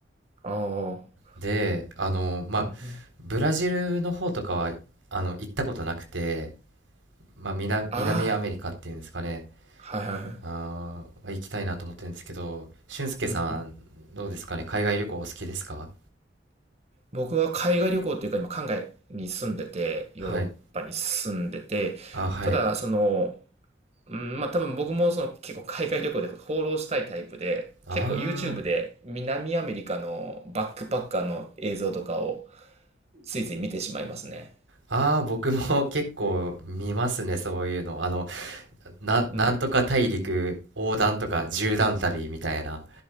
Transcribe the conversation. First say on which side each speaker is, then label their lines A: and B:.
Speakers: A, on the right; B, on the right.
A: ああ。
B: で、あの、まあ、
A: うんうん。
B: ブラジルの方とかは、あの、行ったことなくて、まあ、南、
A: あ
B: 南アメリカっていうんですかね、
A: あ。はいはいはい。
B: あー、行きたいなと思ってるんですけど、俊介さん、
A: うん。
B: どうですかね、海外旅行お好きですか
A: 僕は海外旅行っていうか今海外に住んでて、ヨーロッパに住んでて、
B: はい。あ、はい。
A: ただその、うん、まあ多分僕もその結構海外旅行で放浪したいタイプで、
B: あ
A: 結構 YouTube で南アメリカのバックパッカーの映像とかをついつい見てしまいますね。
B: ああ、僕も <laughs> 結構見ますね、そういうの。あの、な、なんとか大陸横断とか縦断旅みたいな。
A: うん。